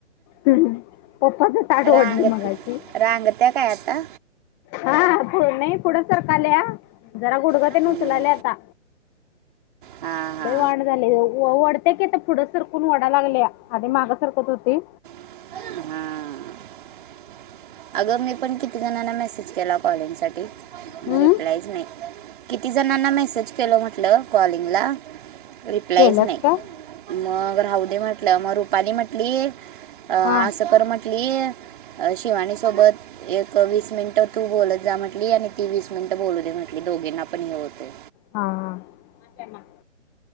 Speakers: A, on the left (about 20°); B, on the right (about 45°).
A: हम्. पप्पाच ताट ओढली
B: रांगत
A: मगाशी.
B: रांगत्या काय आता
A: हा. पुढं नाई पुढं सरकाल्या. जरा गुडगतेन
B: हम्म.
A: उचलाल्या आता
B: हा हा
A: लय वांड वढत्या की आता पुढं सरकून वढा लागल्या आधी माग सरकत होती
B: हां. अगं मी पण किती जणना मेसेज केला कॉलिंग साठी
A: हम्म
B: म रिप्लायच नाही कीती जणांना मेसेज केलं म्हटलं कॉलिंगला. रिप्लायच
A: केल्यास
B: नाही
A: काय
B: मग राहुदे म्हटलं मग रुपाली म्हटली अं
A: हा
B: आस
A: हा
B: कर म्हटली अ शिवानी सोबत एक वीस मिनिट तु बोलत जा म्ह टली आणि ती वीस मिनिट बोलू दे म्हटली. दोघींना पण हे होते
A: हा ह <inaudible>